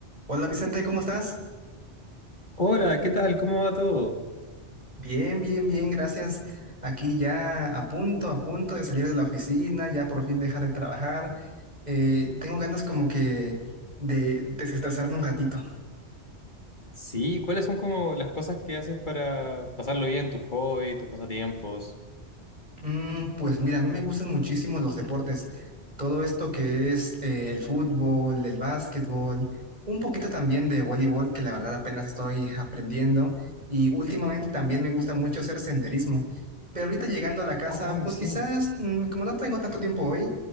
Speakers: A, on the right; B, on the left.
A: Hola Vicente, ¿cómo estás?
B: Hola, ¿qué tal? ¿Cómo va todo?
A: Bien, bien, bien, gracias. Aquí ya a punto, a punto de salir de la oficina, ya por fin dejar de trabajar. Eh, tengo ganas como que de desestresarme un ratito.
B: Sí, ¿cuáles son como las cosas que haces para pasarlo bien, tus hobbies, tus pasatiempos?
A: Mm, pues mira, a mí me gustan muchísimo los deportes. Todo esto que es eh, el fútbol, el básquetbol, un poquito también de voleibol, que la verdad apenas estoy aprendiendo. Y últimamente
B: Ajá.
A: también me gusta mucho hacer senderismo. Pero ahorita llegando a la casa,
B: Ay,
A: pues
B: sí.
A: quizás, mm, como no tengo tanto tiempo hoy,